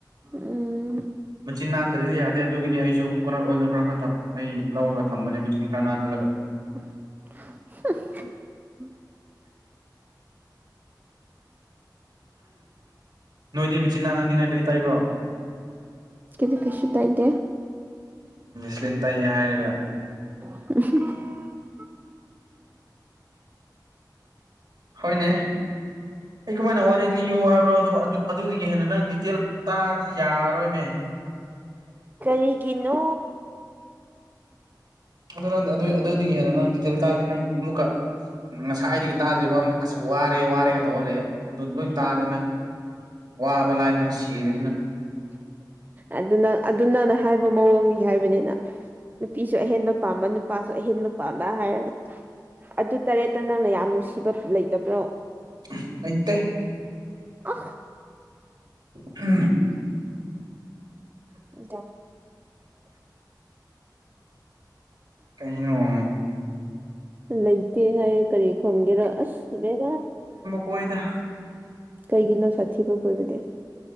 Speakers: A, on the right; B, on the right.
A: ꯎꯝ
B: ꯃ ꯆꯤꯅꯥ ꯑꯗꯨꯗꯤ ꯌꯥꯗꯦ ꯑꯗꯨꯒꯤꯅꯤ ꯑꯩꯁꯨ ꯀꯣꯀꯣꯅꯠ ꯑꯣꯏꯜꯗꯣ ꯈꯔ ꯈꯔ ꯊ ꯑꯩ ꯂꯧꯔꯒ ꯊꯝꯕꯅꯦ ꯃꯆꯤꯟ ꯈꯔ ꯅꯥꯟꯍꯜꯂꯒ
A: <inaudible> <inaudible>
B: ꯅꯣꯏꯗꯤ ꯃꯆꯤ ꯅꯥꯟꯅꯅꯤꯡꯉꯥꯏ ꯀꯔꯤ ꯇꯥꯏꯕ꯭ꯔꯣ
A: ꯀꯗ ꯀꯩꯁꯨ ꯇꯗꯦ
B: ꯁꯂꯤꯟ ꯇꯛꯑꯦ ꯍꯥꯏꯔꯒ
A: <unintelligible>
B: ꯍꯣꯏꯅꯦ ꯑꯩ ꯀꯃꯥꯏꯅ ꯋꯥꯔꯤ ꯂꯤꯌꯣ ꯍꯥꯏꯕ꯭ꯔꯣ ꯑꯗꯨ ꯑꯗꯨ ꯑꯗꯨꯗꯒꯤ ꯍꯦꯟꯅ ꯅꯪ ꯗꯤꯇꯦꯜ ꯇꯥꯗꯤ ꯌꯥꯔꯣꯏꯃꯦ
A: ꯀꯔꯤꯒꯤꯅꯣ
B: ꯑꯗꯨ ꯅꯪ ꯑꯗꯨ ꯑꯗꯨꯗꯒꯤ ꯍꯦꯟꯅ ꯅꯪꯗꯤ ꯆꯤꯜ ꯇꯥꯔꯗꯤ ꯅꯪ ꯑꯃꯨꯛꯀ ꯉꯁꯥꯏꯗꯒꯤ ꯇꯥꯗ꯭ꯔꯤ ꯐꯥꯎꯗꯤ ꯑꯁ ꯋꯥꯔꯦ ꯋꯥꯔꯦꯒ ꯇꯧꯍꯜꯂꯦ ꯑꯗꯨ ꯑꯗꯨꯣꯏ ꯇꯥꯔꯗꯤ ꯅꯪ ꯋꯥꯕ ꯂꯥꯏꯔ ꯅꯪ ꯁꯤꯔꯅꯤ ꯅꯪ
A: ꯑꯗꯨꯅꯪ ꯑꯗꯨ ꯅꯪꯅ ꯍꯥꯏꯕ ꯃꯑꯣꯡꯗꯒꯤ ꯍꯥꯏꯕꯅꯤꯅ ꯅꯨꯄꯤꯁꯨ ꯑꯍꯦꯟꯕ ꯄꯥꯝꯕ ꯅꯨꯄꯥꯁꯨ ꯑꯍꯦꯟꯕ ꯄꯥꯝꯕ ꯍꯥꯏꯔꯒ ꯑꯗꯨ ꯇꯔꯦꯠꯇ ꯅꯪꯅ ꯌꯥꯝ ꯅꯨꯡꯁꯤꯕ ꯂꯩꯇꯕ꯭ꯔꯣ
B: <unintelligible>
A: ꯑ
B: ꯎꯝ
A: ꯏꯗ
B: ꯀꯩꯅꯩꯅꯣ
A: ꯂꯩꯇꯦ ꯍꯥꯏꯌꯦ ꯀꯔꯤ ꯈꯨꯝꯒꯦꯔꯥ ꯑꯁ ꯕꯦꯔꯥ
B: ꯍꯣꯏꯗ
A: ꯀꯩꯒꯤꯅꯣ ꯁꯥꯠꯊꯤꯕ ꯀꯣꯏꯕꯗꯤ